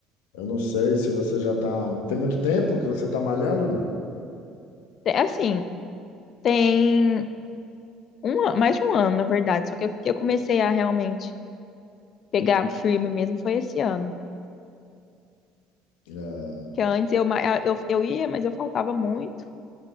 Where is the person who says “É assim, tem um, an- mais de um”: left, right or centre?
Left